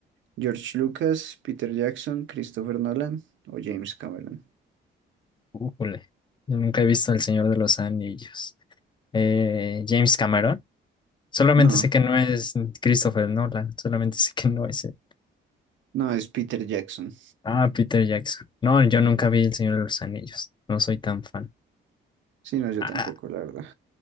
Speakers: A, on the right; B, on the left.
A: ¿George Lucas, Peter Jackson, Christopher Nolan o James Cameron?
B: Ujule. Yo nunca he visto El Señor de los Anillos. Eh, James Cameron. Solamente
A: No,
B: sé que no es Christopher Nolan. Solamente sé que no es él.
A: no es Peter Jackson.
B: Ah, Peter Jackson. No, yo nunca vi El Señor de los Anillos. No soy tan fan.
A: Sí, no, yo
B: Ah,
A: tampoco, la verdad.